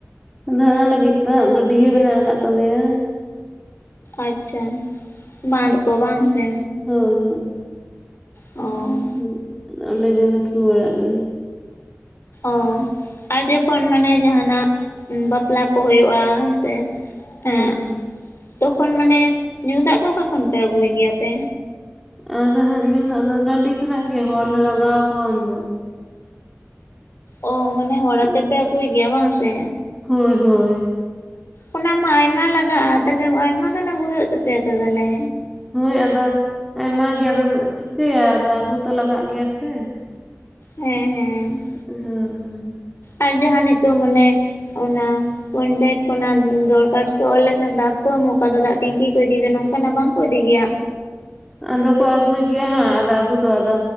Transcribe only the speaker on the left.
ᱟᱪᱪᱷᱟ ᱵᱟᱸᱫᱽ ᱠᱚ ᱵᱟᱝ ᱥᱮ?
ᱚ
ᱚ ᱟᱨ ᱡᱚᱠᱷᱚᱱ ᱢᱟᱱᱮ ᱡᱟᱦᱟᱱᱟᱜ ᱵᱟᱯᱞᱟ ᱠᱚ ᱦᱩᱭᱩᱜᱼᱟ᱾ ᱦᱳᱭ ᱥᱮ
ᱮᱸᱜ
ᱛᱚᱠᱷᱚᱱ ᱢᱟᱱᱮ ᱧᱩ ᱫᱟᱜ ᱫᱚ ᱚᱠᱟ ᱠᱷᱚᱱ ᱯᱮ ᱟᱹᱜᱩᱭ ᱜᱮᱭᱟ ᱯᱮ?
ᱚ ᱢᱟᱱᱮ ᱦᱚᱲ
ᱟᱛᱮᱯᱮ
ᱟᱹᱜᱩᱭ ᱜᱮᱭᱟ ᱵᱟᱝ ᱥᱮ?
ᱚᱱᱟ ᱢᱟ ᱟᱭᱢᱟ ᱞᱟᱜᱟᱜᱼᱟ, ᱛᱟᱦᱚᱞᱮ ᱟᱭᱢᱟ ᱜᱟᱱ ᱟᱹᱜᱩᱭ ᱦᱩᱭᱩᱜ ᱛᱟᱯᱮᱭᱟ ᱛᱚ ᱛᱟᱦᱚᱞᱮ
ᱦᱮᱸ ᱦᱮᱸ ᱾
ᱟᱨ ᱡᱟᱦᱟᱸ ᱱᱤᱛᱚᱜ ᱢᱟᱱᱮ ᱚᱱᱟ ᱯᱚᱧᱪᱟᱭᱮᱛ ᱠᱷᱚᱱᱟᱜ ᱫᱚᱨᱠᱷᱟᱥᱛᱚ ᱚᱞ ᱞᱮᱠᱷᱟᱱ ᱫᱟᱜ ᱠᱚ ᱮᱢᱚᱜ ᱠᱷᱟᱱ ᱫᱚ, ᱫᱟᱜ ᱴᱮᱝᱠᱤ ᱠᱚ ᱤᱫᱤᱭ ᱫᱟ ᱱᱚᱝᱠᱟᱱᱟᱜ ᱵᱟᱝᱠᱚ ᱤᱫᱤᱭ ᱜᱮᱭᱟ?